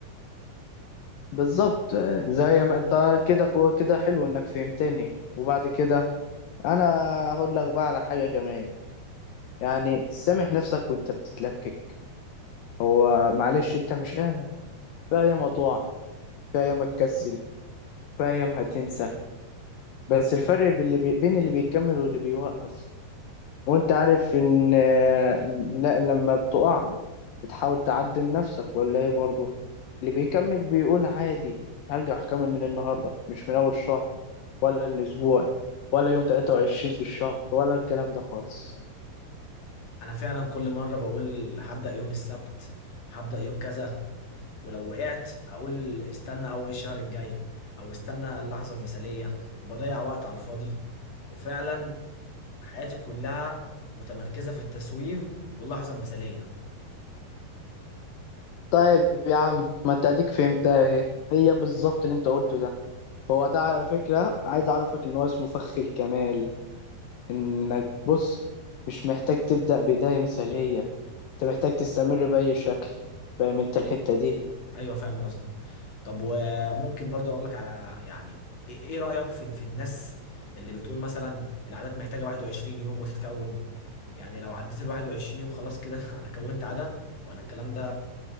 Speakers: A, on the left; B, on the left.
A: بالظبط زي ما انت كده قوة كده حلو انك فهمتني وبعد كده انا هقول لك بقى على حاجة كمان يعني سامح نفسك وانت بتتلكك هو معلش انت مش اهلك في ايام هتقع في ايام هتكسل في ايام هتنسى بس الفرق باللي بي... بين اللي بيكمل واللي بيوقف وانت عارف ان آه، لا لما بتقع بتحاول تعدل نفسك ولا ايه برضه اللي بيكمل بيقول عادي هرجع اكمل من النهارده مش من اول الشهر ولا الاسبوع ولا يوم 23 في الشهر ولا الكلام ده خالص
B: انا فعلا كل مره بقول هبدا يوم السبت هبدا يوم كذا ولو وقعت اقول استنى اول الشهر الجاي او استنى اللحظه المثاليه وبضيع وقت على الفاضي وفعلا حياتي كلها متمركزه في التسويف واللحظه المثاليه
A: طيب يا عم ما انت اديك فهمتها اهي هي بالظبط اللي انت قلته ده هو ده على فكرة عايز اعرفك ان هو اسمه فخ الكمال انك بص مش محتاج تبدأ بداية مثالية انت محتاج تستمر بأي شكل فاهم انت الحتة دي
B: ايوه فاهم قصدك طب وممكن برضه اقول لك على يعني ايه إيه رايك في في الناس اللي بتقول مثلا العادات محتاجه 21 يوم وتتكون يعني لو عديت ال 21 يوم خلاص كده <laughs> انا كونت عاده ولا الكلام ده